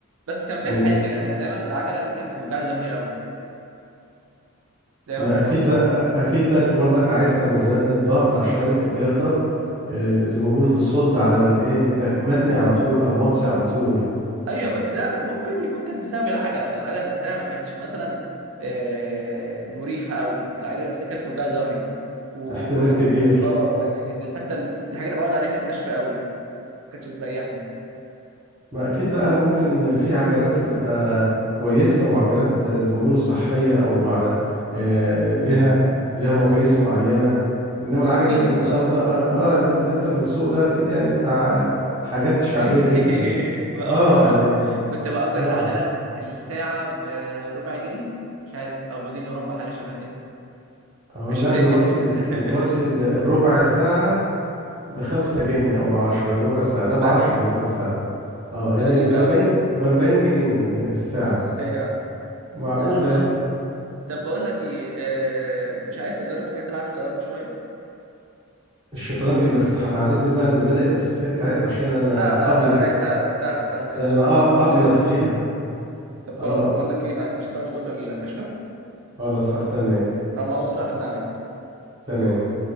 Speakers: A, on the right; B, on the right.
A: بس كان فيها
B: من
A: حاجه انا دايما العجله دي كانت بتوجع لي ظهري قوي دايما
B: ما
A: موطي
B: اكيد بقى اكيد بقى انت برضك عايز تمرينات للظهر عشان تقدر آه، زي ما بيقولوا تصد على الايه انت متني على طول او موطي على طول
A: ايوه بس ده ممكن يكون كانت بسبب العجله العجله نفسها ما كانتش مثلا آه، مريحه قوي العجله نفسها كانت بتوجع لي ظهري و... و...
B: فاحتمال كبير
A: و... اه يعني حتى ال- الحاجه اللي بقعد عليها كانت ناشفه قوي ما كانتش بتريحني
B: ما اكيد بقى ممكن في عجلات بتبقى كويسة وعجلات آه، زي ما بيقولوا صحية او على آه، لها لها مقاييس معينة انما العجل
A: اكيد
B: اللي انت اللي بتاخده
A: اه
B: ده اه آه، انت اللي انت بتسوق ده اكيد يعني بتاع حاجات شعبية
A: <laughs>
B: جدا
A: ما
B: اه
A: هو الصراحه
B: يعني
A: كنت باجر
B: اه
A: العجله الساعه بربع جنيه مش عارف او بجنيه وربع حاجه شبه كده
B: اه
A: مش
B: لا
A: فاكر
B: دلوقتي
A: <laughs>
B: دلوقتي ال- الربع ساعة بخمسة جنيه او بعشرة الربع ساعة لا بعشرة
A: بس
B: ربع ساعة اه يعني
A: غريبه
B: بأربعين
A: قوي
B: بأربعين جنيه الساعة
A: الساعه
B: معقولة
A: يلا
B: يعني
A: طب بقول لك ايه آه، مش عايز تجرب كده تلعب شطرنج شويه
B: الشطرنج بس هتعلمني بقى المبادئ الأساسية بتاعتها عشان أنا
A: لا لا
B: أبيض
A: لا آه، هي سهله سهله سهله ما تقلقش
B: ده أنا
A: من الحتة دي
B: أ-
A: خالص
B: أبيض فيها
A: طب
B: أه
A: خلاص بقول لك ايه انا هجيب شطرنج دلوقتي واجي لك قشطه
B: خلاص هستناك
A: اما اوصل هرن عليك
B: تمام